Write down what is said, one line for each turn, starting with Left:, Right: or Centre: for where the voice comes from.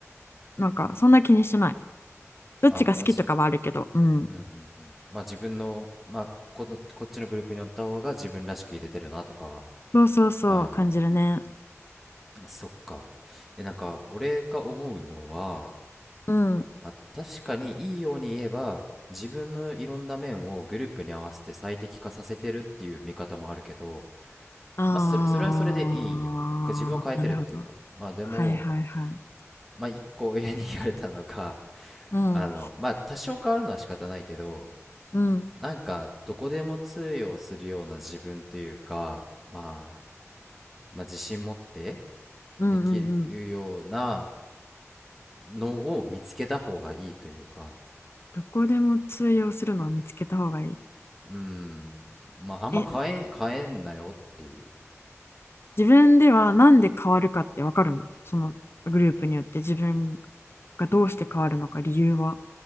Left: なんかそんな気にしてないどっちが好きとかはあるけどうん
Centre: あ、マジ。うんうんうんまあ自分の、まあ、この、こっちのグループにおった方が自分らしく入れてるなとかは、
Left: そうそうそう感じるね
Centre: ああそっか。え、なんか、俺が思うのは、
Left: うん
Centre: まあ、確かにいいように言えば、自分のいろんな面をグループに合わせて最適化させてるっていう見方もあるけど、
Left: あーなるほど
Centre: まあ、それ、それはそれでいいんよ。自分を変えてるっていうか。まあ、でも、
Left: はいはいはい
Centre: まあ、一個親に言われたのが、
Left: うん
Centre: あの、まあ、多少変わるのは仕方ないけど、
Left: うん
Centre: なんかどこでも通用するような自分というか、まあ、まあ自信持って
Left: うんうんうん
Centre: できるようなのを見つけた方がいいというか、
Left: どこでも通用するのを見つけた方がいい
Centre: うーん、まああんま変え、
Left: え
Centre: 変えんなよっていう。
Left: 自分ではなんで変わるかってわかるのそのグループによって自分がどうして変わるのか理由は。